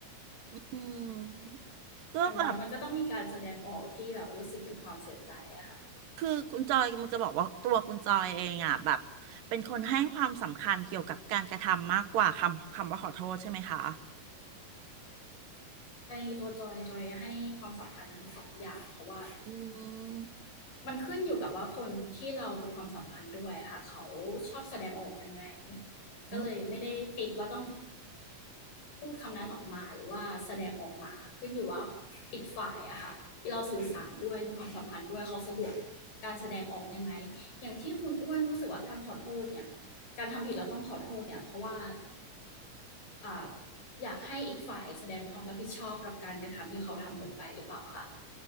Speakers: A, on the right; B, on the left.
A: อืมก็แบบ
B: อย่างน้อยมันก็ต้องมีการแสดงออกที่แบบรู้สึกถึงความเสียใจอะค่ะ
A: คือคุณจอยมันจะบอกว่าตัวคุณจอยเองอ่ะแบบเป็นคนให้ความสำคัญเกี่ยวกับการกระทำมากกว่าคำคำว่าขอโทษใช่ไหมคะ
B: ในตัวจอยจอยให้ความสัมพันธ์ทั้งสองอย่างเพราะว่า
A: อืม
B: มันขึ้นอยู่กับว่าคนที่เรามีความสัมพันธ์ด้วยค่ะเขาชอบแสดงออกยังไงก็เลยไม่ได้ฟิกว่าต้อง
A: อืม
B: พูดคำนั้นออกมาหรือว่าแสดงออกมาขึ้นอยู่ว่าอีกฝ่ายอะค่ะที่เราสื่อสารด้วยมีความสัมพันธ์ด้วยเขาสะดวกการแสดงออกยังไงอย่างที่คุณอ้วนรู้สึกว่าการขอโทษเนี่ยการทำผิดเราต้องขอโทษเนี่ยเพราะว่าอ่าอยากให้อีกฝ่ายแสดงความรับผิดชอบกับการกระทำที่เขาทำลงไปหรือเปล่าคะ